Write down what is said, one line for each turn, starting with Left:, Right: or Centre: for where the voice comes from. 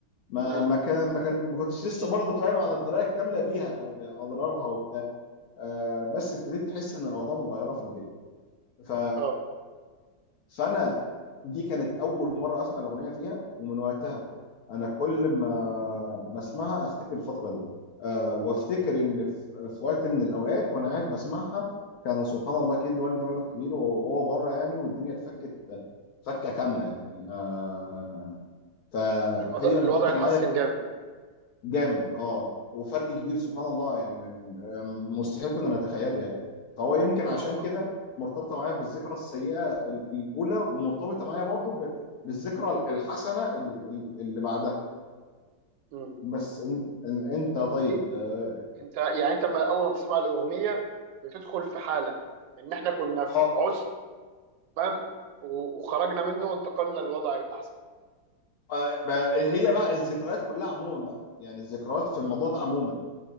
Left: ما
Right: امم
Left: ما كان ما كان ما كنتش لسه برضه فاهم على الدرايه الكامله بيها او باضرارها وبتاع آه، بس ابتديت تحس ان الاوضاع متغيره في البيت ف
Right: اه
Left: فانا دي كانت اول مره اسمع الاغنيه فيها ومن وقتها انا كل ما ما اسمعها افتكر الفتره دي آه، وافتكر ان في في وقت من الاوقات وانا قاعد بسمعها كان سبحان الله جه لوالدي مبلغ كبير وهو بره يعني والدنيا اتفكت فكه كامله يعني آه، فهي
Right: الوضع
Left: مرتبطه
Right: الوضع اتحسن
Left: معايا
Right: جامد
Left: جامد اه وفرق كبير سبحان الله يعني من آم، مستحيل كنا نتخيله يعني فهو يمكن عشان
Right: اه
Left: كده
Right: اه
Left: مرتبطه معايا بالذكرى السيئه ال- الاولى ومرتبطه معايا برضو ب- بالذكرى ال- الحسنه ال- ال- اللي بعدها
Right: امم
Left: بس إن إن انت طيب
Right: ايه
Left: اه
Right: انت يعني انت ما اول ما بتسمع الأغنية بتدخل في حالة ان احنا كنا في
Left: آه،
Right: عسر تمام و- وخرجنا منه وانتقلنا لوضع احسن
Left: آه، ما-
Right: بت-
Left: هي
Right: بت-
Left: بقى الذكريات كلها عموما بقى يعني الذكريات في الموضوع
Right: آه،
Left: ده عموما